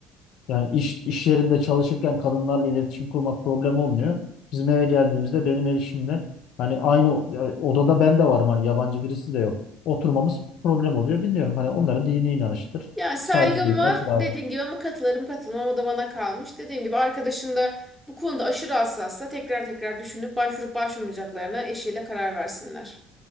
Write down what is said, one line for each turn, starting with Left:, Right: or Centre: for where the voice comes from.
Left: Yani iş, iş yerinde çalışırken kadınlarla iletişim kurmak problem olmuyor. Bizim eve geldiğimizde benim erişimle hani aynı o- ya odada ben de varım hani yabancı birisi de yok. Oturmamız problem oluyor. Bilmiyorum hani onların dini inanıştır.
Centre: Ya saygım
Left: Saygı duymak
Centre: var
Left: lazım.
Centre: dediğin gibi ama katılırım katılmam o da bana kalmış. Dediğim gibi arkadaşın da bu konuda aşırı hassassa tekrar tekrar düşünüp başvurup başvurmayacaklarına eşiyle karar versinler.